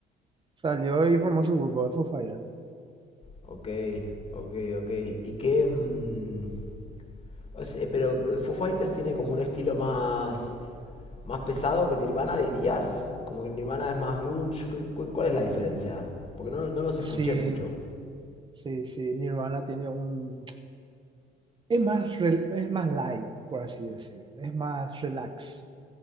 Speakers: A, on the right (about 30°); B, on the left (about 35°).
A: salió y formó su grupo de Foo Fighters.
B: Ok, ok, ok. ¿Y qué... mm, o sea, pero eh, Foo Fighters tiene como un estilo más... Más pesado que Nirvana, dirías. Como que Nirvana es más grunge. ¿Cu- cu- ¿Cuál es la diferencia? Porque no, no los
A: Sí,
B: escuché mucho.
A: sí, sí, Nirvana tiene un... Es más, rel- es más light, por así decir. Es más relax.